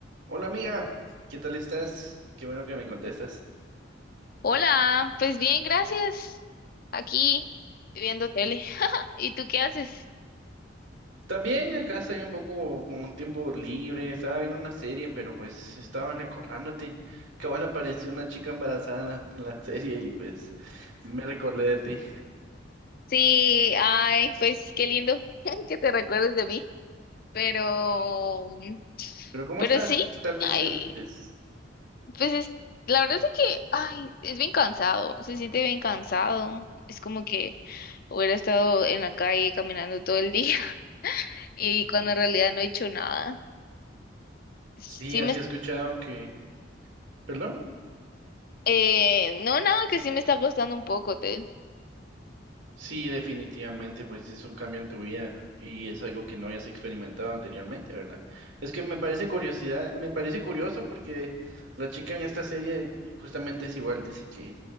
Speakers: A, on the right; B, on the left.
A: Hola amiga, ¿qué tal estás? Qué bueno que me contestas.
B: Hola, pues bien, gracias. Aquí viendo tele. <laughs> ¿Y tú qué haces?
A: También acá estoy un poco con un tiempo libre, estaba viendo una serie, pero pues estaba recordándote que ahora apareció una chica embarazada en la, en la serie y pues me recordé de ti.
B: Sí, ay, pues qué lindo <laughs> que te recuerdes de mí. Pero,
A: Pero ¿cómo
B: pero
A: estás?
B: sí,
A: ¿Qué tal te
B: ay,
A: sientes?
B: pues es, la verdad es que, ay, es bien cansado, se siente bien cansado. Es como que hubiera estado en la calle caminando todo el día <laughs> y
A: Mm,
B: cuando en realidad no he hecho nada. Sí
A: Sí, así
B: me,
A: he escuchado que... ¿Perdón?
B: eh, no, nada que sí me está costando un poco, te.
A: Sí, definitivamente, pues es un cambio en tu vida y es algo que no hayas experimentado anteriormente, ¿verdad? Es que me parece curiosidad, me parece curioso porque la chica en esta serie justamente es igual, dice que